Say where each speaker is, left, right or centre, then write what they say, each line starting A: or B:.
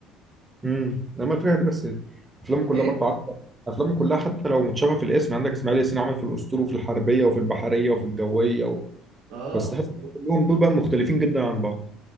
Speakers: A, on the right (about 15°); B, on the right (about 80°).
A: امم لما في حاجه بس افلامه كلها
B: إيه
A: برضه عارفه افلامه كلها حتى لو متشابهه في الاسم عندك اسماعيل ياسين عمل في الاسطول وفي الحربيه وفي البحريه وفي الجويه و...
B: اه
A: بس تحس
B: و-
A: إن كلهم دول
B: و-
A: بقى مختلفين جدا عن بعض